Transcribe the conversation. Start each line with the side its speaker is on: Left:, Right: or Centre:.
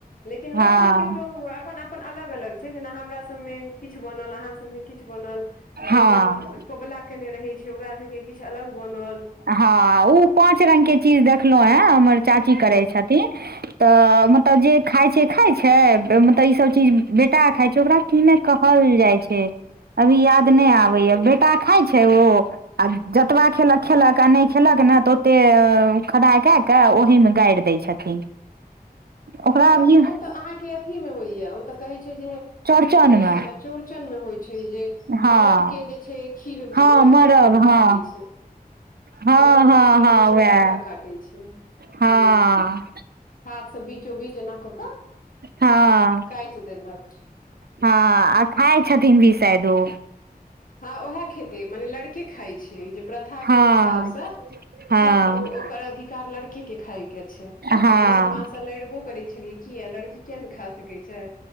Left: लेकिन
Right: हँ
Left: वएह छै केकरो अपन- अपन। अपन अलग- अलग छै जेना हमरा सब मे किछ बनल आहाँ सब मे किछ बनल।
Right: हँ
Left: जे मान कोबला केने रहै छै ओकारा सभके किछ अलग बनल।
Right: हँ ओ पाँच रंग के चीज देखलौ ऐं हमर चाची करै
Left: हँ
Right: छथिन। तऽ मतलब जे खाय छै खाय छै मतलब ई सब चीज बेटा खाय छै ओकरा कि नै कहल जाय छै। अभी याद नै आबेै या बेटा खाय छै ओ आ जतबा खेलक खेलक आ नै खेलक ने तऽ ओतेक खदाइ कए कऽ ओहिमे गाइड़ दै छथिन। ओकरा
Left: तऽ ओ तऽ
Right: अभी
Left: ओ तऽ आहाँके अथीमे होइया ओ तऽ कहैत छै जे।
Right: चौड़चन
Left: की कहै
Right: मे
Left: छै एकरा चौड़चन मे होयत छै जे
Right: हँ
Left: मरब के जे छै। खीर
Right: हँ
Left: लड़के
Right: मरब
Left: सब काटे
Right: हँ
Left: छै।
Right: हँ
Left: मरब
Right: हँ
Left: के खीर
Right: हँ
Left: जे छै
Right: वएह
Left: लड़का काटै छै
Right: हँ
Left: हूँ। हाथ से बीचो -बीच एना कऽ के
Right: हँ
Left: काइट देलक।
Right: हँ आ खाय छथिन भी शायद ओ।
Left: हँ उएह खेतै मने लड़के खेइछै जे प्रथाके
Right: हँ
Left: हिसाब सँ।
Right: हँ
Left: सिर्फ ओ ओकर अधिकार लड़के के खाय के छै
Right: हँ
Left: तऽ हमसब माँ से लड़बो करे छलियै। किया लड़की किया नेै खा सकै छै